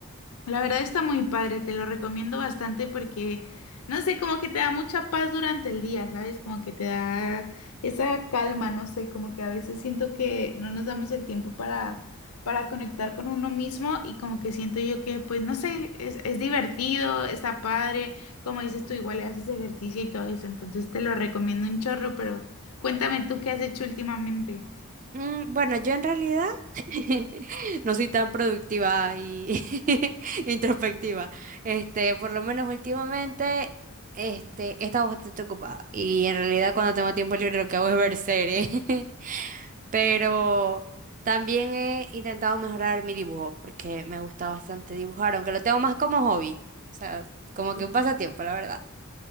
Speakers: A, on the left; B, on the right.
A: La verdad está muy padre, te lo recomiendo bastante porque, no sé, como que te da mucha paz durante el día, ¿sabes? Como que te da esa calma, no sé, como que a veces siento que no nos damos el tiempo para, para conectar con uno mismo y como que siento yo que, pues, no sé, es, es divertido, está padre, como dices tú, igual haces ejercicio y todo eso, entonces te lo recomiendo un chorro, pero cuéntame tú qué has hecho últimamente.
B: Mm, bueno, yo en realidad <laughs> no soy tan productiva y <laughs> introspectiva. Este, por lo menos últimamente, este, he estado bastante ocupada y en realidad cuando tengo tiempo libre lo que hago es ver series. <laughs> pero también he intentado mejorar mi dibujo porque me gusta bastante dibujar, aunque lo tengo más como hobby, o sea, como
A: Claro.
B: que un pasatiempo, la verdad.